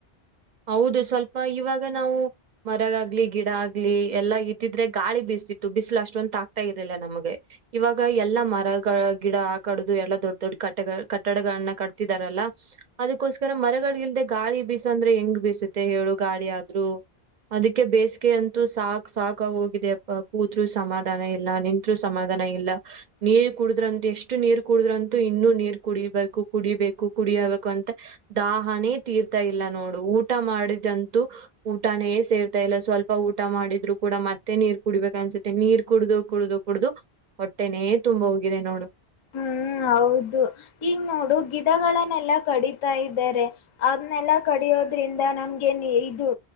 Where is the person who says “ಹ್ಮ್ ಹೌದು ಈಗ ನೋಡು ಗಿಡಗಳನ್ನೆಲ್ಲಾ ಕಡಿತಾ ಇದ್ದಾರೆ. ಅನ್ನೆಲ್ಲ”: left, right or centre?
Left